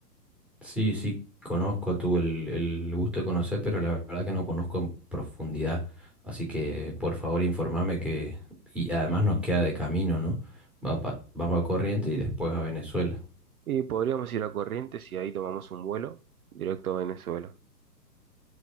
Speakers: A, in the centre; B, on the right.
A: Sí, sí, conozco, tuve el, el gusto de conocer, pero la verdad que no conozco en profundidad. Así que por favor informame que... Y además nos queda de camino, ¿no? Va pa- vamos a Corriente y después a Venezuela.
B: Y podríamos ir a Corrientes y ahí tomamos un vuelo directo a Venezuela.